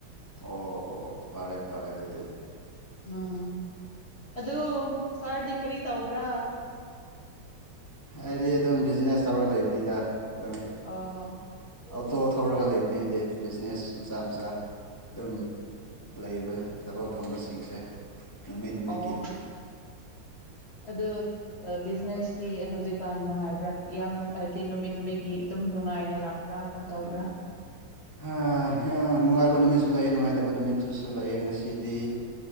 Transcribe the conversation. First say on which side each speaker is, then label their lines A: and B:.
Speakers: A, on the left (about 20°); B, on the left (about 70°).
A: ꯑꯣ ꯑꯣ ꯑꯣ ꯐꯔꯦ ꯐꯔꯦ ꯑꯗꯨꯗꯤ
B: ꯎꯝ ꯑ ꯁꯥꯔꯗꯤ ꯀꯔꯤ ꯇꯧꯕ꯭ꯔꯥ
A: ꯑꯩꯗꯤ ꯑꯗꯨꯝ ꯕꯤꯖꯤꯅꯦꯁ ꯇꯧꯔꯒ ꯂꯩꯕꯅꯤꯗ ꯑꯗꯨꯝ
B: ꯑꯣ
A: ꯑꯣꯇꯣ ꯊꯧꯔꯒ ꯂꯩꯕꯅꯤ ꯍꯥꯏꯗꯤ ꯕꯤꯖꯤꯅꯦꯁ ꯃꯆꯥ ꯃꯆꯥ ꯑꯗꯨꯝ ꯂꯩꯕ ꯊꯕꯛ ꯐꯪꯕꯁꯤꯡꯁꯦ ꯅꯨꯃꯤꯠ ꯅꯨꯃꯤꯠꯀꯤ
B: ꯑꯣ ꯑꯗꯨ ꯕꯤꯖꯤꯅꯦꯁꯇꯤ ꯍꯧꯖꯤꯛꯀꯥꯟ ꯅꯨꯡꯉꯥꯏꯕ꯭ꯔꯥ ꯌꯥꯝ ꯍꯥꯏꯕꯗꯤ ꯅꯨꯃꯤꯠ ꯅꯨꯃꯤꯠꯒꯤ ꯑꯗꯨꯝ ꯅꯨꯡꯉꯥꯏꯅ ꯂꯥꯛ ꯄ꯭ꯔꯥ ꯀ ꯇꯧꯕ꯭ꯔꯥ
A: ꯍꯥ ꯌꯥꯝ ꯅꯨꯡꯉꯥꯏꯕ ꯅꯨꯃꯤꯠꯁꯨ ꯂꯩꯑ ꯅꯨꯡꯉꯥꯏꯇꯕ ꯅꯨꯃꯤꯠꯇꯠꯇꯨꯁꯨ ꯂꯩꯑ ꯉꯁꯤꯗꯤ